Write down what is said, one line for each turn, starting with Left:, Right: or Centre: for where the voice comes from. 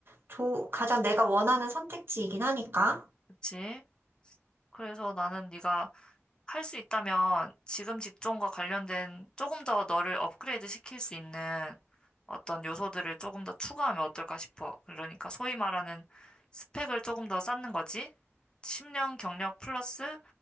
Right: 조, 가장 내가 원하는 선택지이긴 하니까.
Left: 그치? 그래서 나는 네가 할 수 있다면 지금 직종과 관련된 조금 더 너를 업그레이드 시킬 수 있는 어떤 요소들을 조금 더 추가하면 어떨까 싶어. 그러니까 소위 말하는 스펙을 조금 더 쌓는 거지? 10년 경력 플러스